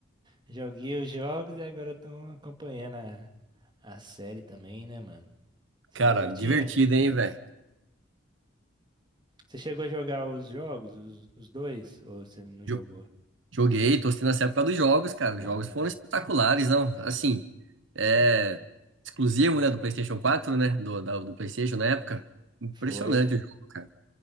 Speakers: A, on the right; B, on the right.
A: Joguei os jogos e agora eu tô acompanhando a, a série também, né, mano? Você
B: Cara,
A: tá curtindo?
B: divertido, hein, velho?
A: Você chegou a jogar os jogos, os, os dois? Ou você não jogou?
B: Jo- Joguei, tô assistindo essa época dos jogos, cara.
A: Ah,
B: Os jogos foram espetaculares, não?
A: é.
B: Assim, é exclusivo, né, do PlayStation quatro, né? Do, da- do PlayStation na época. Impressionante
A: Foi.
B: o jogo, cara.